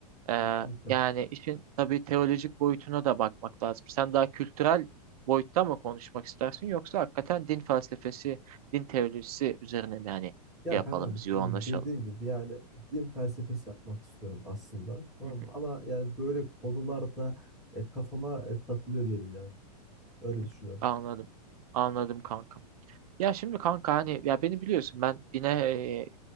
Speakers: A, on the right (about 65°); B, in the centre.
A: Ee,
B: Kesinlikle.
A: yani işin tabii teolojik boyutuna da bakmak lazım. Sen daha kültürel boyutta mı konuşmak istersin yoksa hakikaten din felsefesi, din teolojisi üzerine mi yani
B: Ya
A: şey yapalım
B: kankam
A: biz yoğunlaşalım.
B: dediğim gibi yani din felsefesi yapmak istiyorum aslında tamam
A: Hı hı,
B: mı? Ama yani böyle konularda e, kafama e, takılıyor diyelim yani. Öyle
A: hı
B: düşünüyorum
A: hı. Anladım. Anladım kanka. Ya şimdi kanka hani ya beni biliyorsun ben dine